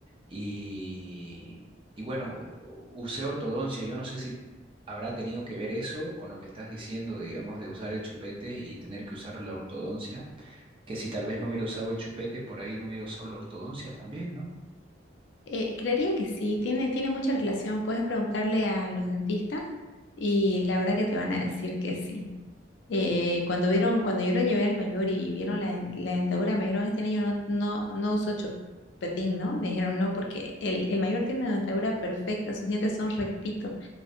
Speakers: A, on the right; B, on the left.
A: Y, y bueno, usé ortodoncia. Yo no sé si habrá tenido que ver eso con lo que estás diciendo, digamos, de usar el chupete y tener que usar la ortodoncia. Que si tal vez no hubiera usado el chupete, por ahí no hubiera usado la ortodoncia también, ¿no?
B: eh, creería que sí, tiene, tiene mucha relación. Puedes preguntarle a los dentistas y la verdad que te van a decir que sí. Eh, cuando vieron, cuando yo lo llevé al mayor y vieron la, den- la dentadura, me dijeron, este niño no, no, no usó chupetín, ¿no? Me dijeron no, porque el, el mayor tiene una dentadura perfecta, sus dientes son rectitos.